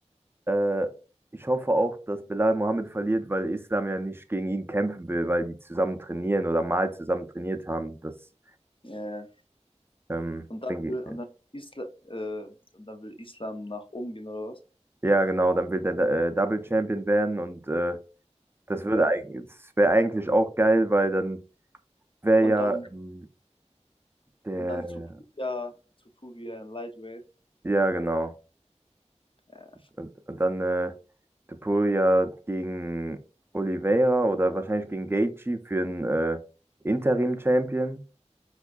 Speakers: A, on the right (about 20°); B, on the left (about 45°).
A: Äh, ich hoffe auch, dass Belal Mohammed verliert, weil Islam ja nicht gegen ihn kämpfen will, weil die zusammen trainieren oder mal zusammen trainiert haben. Das,
B: ja. ja.
A: ähm,
B: Und dann
A: denke
B: will,
A: ich-
B: und dann Isla, äh, und dann will Islam nach oben gehen oder was?
A: ja, genau, dann will der äh, Double Champion werden und äh, das würde
B: Ja.
A: eigentlich, das wäre eigentlich auch geil, weil dann wäre
B: Und
A: ja
B: dann
A: ähm, der,
B: Und dann zu Furia, zu Furia in Lightweight.
A: ja, genau.
B: Äh,
A: Und, und dann äh, De Poel ja gegen Oliveira oder wahrscheinlich gegen Gaethje für einen äh, Interim-Champion.